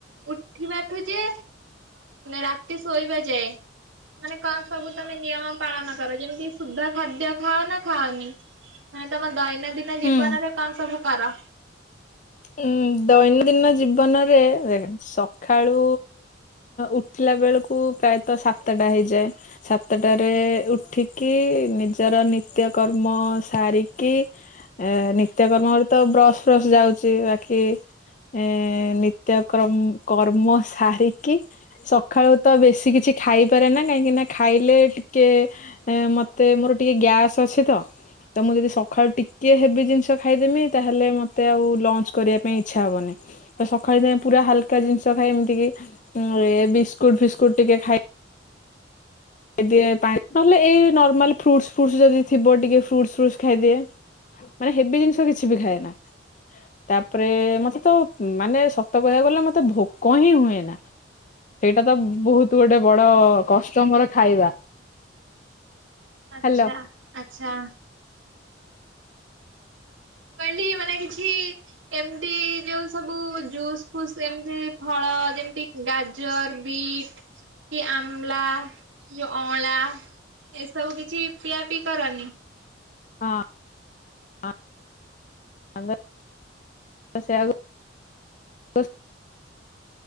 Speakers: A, on the right; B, on the left.
A: ଉଠିବାଠୁ ଯେ ରାତି ଶୋଇବା ଯାଏ। ମାନେ କଣ ସବୁ ତମେ ନିୟମ ପାଳନ କର ଯେମିତି ସୁଦ୍ଧ ଖାଦ୍ୟ ଖାଅ ନା ଖାଅନି? ମାନେ ତମର ଦୈନ୍ୟ ଦିିନ
B: ହୁଁ।
A: ଜୀବନ ରେ କଣ ସବୁ କର?
B: ଉଁ ଦୈନଦିନ ଜୀବନରେ ସକାଳୁ ଉଠିଲା ସେତେ ବେଳକୁ ପ୍ରାୟତ ସାତଟା ହେଇଯାଏ। ସାତଟ ଉଠିକି ନିଜର ନିତ୍ୟ କର୍ମ ସାରିକି ଏ ନିତ୍ୟକର୍ମରେ ତ ବ୍ରସ୍ ଫ୍ରସ୍ ଯାଉ ତି ରା଼ଖି ଏ ନିତ୍ୟ କରମ କର୍ମ ସାରିକି ସକାଳୁ ତ ବେଶୀ କିଛି ଖାଇପାରେ ନା କାହିଁକିନା ଖାଇଲେ ଟିକେ ମତେ ମୋର ଟିକେ ଗ୍ୟାସ୍ ଅଛି ତ ତ ମୁଁ ଯଦି ସକାଳୁ ଟିକେ ହେବି ଜିନିଷ ଖାଇଦେମି ତାହେଲେ ମତେ ଆଉ ଲଞ୍ଚ କରିବା ପାଇଁ ଇଚ୍ଛା ହବନି ସକାଳେ ଯାଇ ପୁରା ହାଲକା ଜିନିଷ ଖାଏ ଏମିତି କି ବିସ୍କୁଟ ଫିସ୍କୁଟ ଟିକେ ଖାଇ ଖାଇଦିଏ ପାଣି ନହେଲେ ଏଇ ନର୍ମାଲ ଫ୍ରୁଟ୍ସ ଫ୍ରୁଟ୍ସ ଯଦିଥିବ ଟିକେ ଫ୍ରୁଟ୍ସ ଫ୍ରୁଟ୍ସ୍ ଖାଇଦିଏ। ମାନେ ହେଵି ଜିନିଷ କିଛି ବି ଖାଏ ନା। ତାପରେ ମତେ ତ ମାନେ ସତ କହିବାକୁ ଗଲେ ମତେ ଭୋକ ହିଁ ହୁଏ ନା। ସେଇଟା ତ ବହୁତ ଗୋଟେ ବଡ କଷ୍ଟ ମୋର ଖାଇବା।
A: ଆଚ୍ଛା
B: ହାଲୋ
A: ଆଚ୍ଛା। ମୁଁ କହିଲି ମାନେ କିଛି ଏମିତି ଯୋଉ ସବୁ ଜୁସ୍ ଫୁସ୍ ଏମିତି ଫଳ ତ ଯେମିତି ଗାଜର ବିଟ୍ କି ଆମ୍ଳା ଯଉ ଅଁଳା ଏ ସବୁ କିଛି ପିଆ ପିଇ କରନି?
B: ହଁ। <unintelligible> ତ ସେ ଆଗୁ ତ